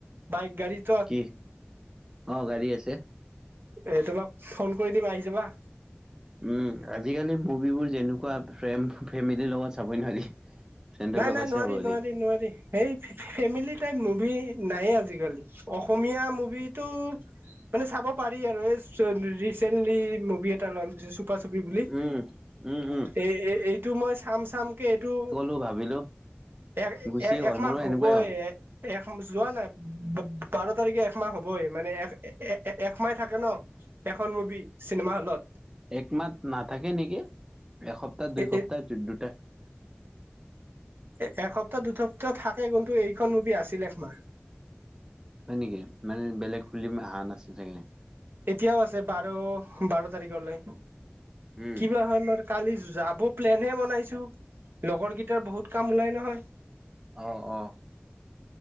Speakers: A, on the right (about 60°); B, on the right (about 15°).
A: বাইক গাড়ীত
B: কি অঁ গাড়ী আছে।
A: এ তোমাক ফোন কৰি দিম আহি যাবা।
B: উম, আজিকালি মুভিবোৰ যেনেকোৱা ফে ফেমিলিৰ লগত চাবই নোৱাৰি। ফ্ৰেণ্ডৰ
A: নাই,
B: লগত
A: নাই নোৱাৰি
B: চাব পাৰি।
A: নোৱাৰি নোৱাৰি। সেই ফেমিলি টাইপ মুভি নাইয়ে আজিকালি অসমীয়া মুভিটো মানে চাব পাৰি আৰু এই চ ৰিচেন্টলি মুভি এ টা‌ নাম হৈছে চুপা চুপি বুলি।
B: উম উম উম
A: এই এইটো মই চাম চাম কে এইটো
B: ত ভাবিলো
A: এক
B: গুচিয়ে
A: এ
B: গ'ল
A: একমাহ
B: মোৰো
A: হ'বই
B: সেনেকুৱাই হ'ল।
A: এক মাহ যোৱা নাই বাৰ তাৰিখে একমাহ হবই মানে এক এ একমাহ থাকে ন! এখন মুভি চিনেমা হ'লত
B: একমাহ নাথাকে নেকি, এসপ্তাহ দুই
A: এ
B: সপ্তাহ দু দুটা
A: এ এসপ্তাহ দুসপ্তাহ থাকে কিন্তু এইখন মুভি আছিল এক মাহ।
B: হয় নেকি? মানে বেলেগ ফিলিম অহা নাছিল চাগে।
A: এতিয়াও আছে বাৰ বাৰ তাৰিখলৈ
B: উম
A: কিবা হলৰ কালি যাব প্লেনহে বনাইছো। ‌লগৰ কিটাৰ বহুত কাম ওলাই নহয়।
B: অঁ অঁ।